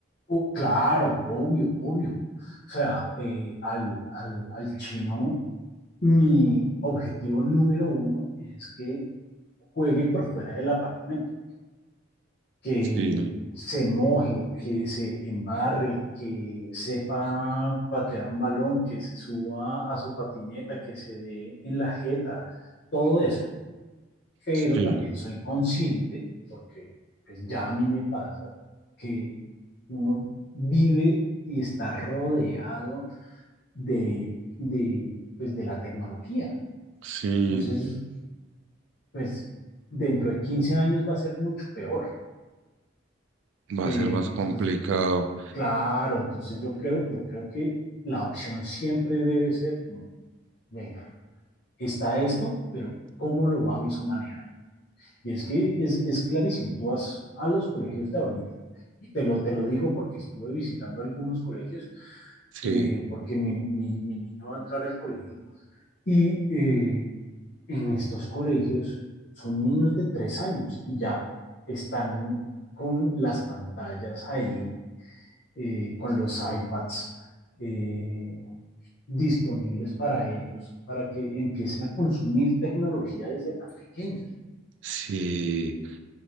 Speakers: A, on the left; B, on the right.
A: Oh, claro, obvio, obvio. O sea, eh, al, al, al chino, mi objetivo número uno es que juegue por fuera del apartamento que
B: Sí,
A: se moje, que se embarre, que sepa patear un balón, que se suba a su patineta, que se dé en la jeta, todo eso. Pero
B: sí,
A: también soy consciente, porque pues, ya a mí me pasa, que uno vive y está rodeado de, de, pues, de la tecnología.
B: sí,
A: Entonces, pues dentro de 15 años va a ser mucho peor.
B: va
A: Eh,
B: a ser más
A: entonces,
B: complicado.
A: Claro, entonces yo creo, yo creo que la opción siempre debe ser como, venga, está esto, pero ¿cómo lo vamos a manejar? Y es que es, es clarísimo, tú vas a los colegios de ahorita, te lo, te lo digo porque estuve visitando algunos colegios,
B: Sí,
A: eh, porque mi, mi- mi niño va a entrar al colegio, y eh, en estos colegios son niños de tres años y ya están con las pantallas ahí eh, con los iPads eh, disponibles para ellos, para que empiecen a consumir tecnología desde tan pequeños.
B: sí.